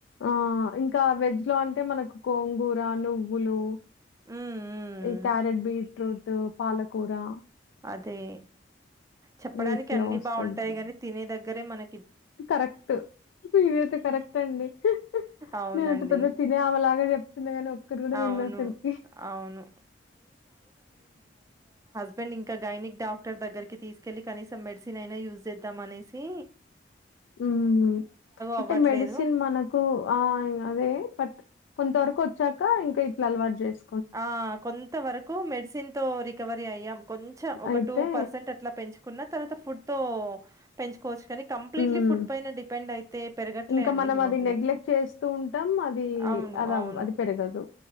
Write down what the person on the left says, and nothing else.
ఆ ఇంకా వెజ్ లో అంటే మనకు కోన్ గూర నువ్వులు
ఈ క్యారెట్ బీట్రూట్ పాలక్ కూరా
వీటిలో
వస్తది.
కరెక్ట్ ఇది అయితే కరెక్టే అండి
నేనంత పెద్ద తినే అమెలాగా చెప్తున్నా గాని ఒక్కటి కూడా తిన్ను
అసలుకి.
హ్మ్ అంటే
మెడిసిన్ మనకు ఆ ఇంగ అదే బట్ కొంత వరకు వచ్చాక ఇంకా ఇట్లా అలవాటు చేస్
అయితే
హ్మ్
ఇంకా
మనం
అది నెగ్లెక్ట్ చేస్తూ ఉంటాం అది
అది
అవ్వ్ అది పెరగదు